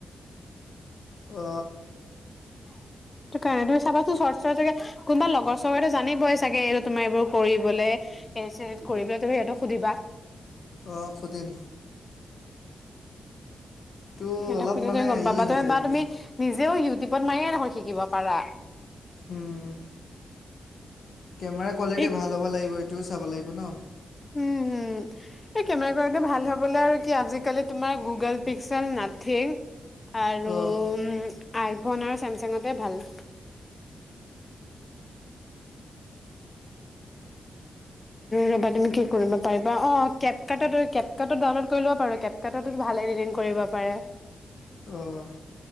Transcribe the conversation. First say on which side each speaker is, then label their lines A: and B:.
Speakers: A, on the left (about 65°); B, on the left (about 25°).
A: অ
B: সেইটো কাৰণে তুমি চাবাচোন শ্বৰ্টছৰ জেগা কোনোবা লগৰ ছগৰেটো জানিবই চাগে এইটো তোমাৰ এইবোৰ কৰিবলৈ কৰিবলৈ তুমি সিহঁতক সুধিবা
A: অ সুধিম তো
B: সিহতক
A: অলপ
B: সুধিলে
A: মানে
B: গম পাবা
A: ই হৈছে
B: বা
A: মোৰ
B: তুমি নিজেও ইউ টিউবত মাৰিয়ে দেখুন শিকিব পাৰা
A: উম কেমেৰা কোৱালিটি
B: এই
A: ভাল হ'ব লাগিব ও চাব লাগিব ন
B: উম হম এই কেমেৰা কোৱালিটি ভাল হবলৈ আৰু কি আজিকালি তোমাৰ গুগল পিক্সেল নাথিক <unintelligible> আৰু
A: অঁ
B: আইফোন আৰু চছেমচাঙতে ভাল। <inaudible> ৰবা তুমি কি কৰিব পাৰিবা অঁ কেতকাত ডাউনলড কৰি লব পাৰ কেতকাত ভালেই পাৰে
A: অ <inaudible>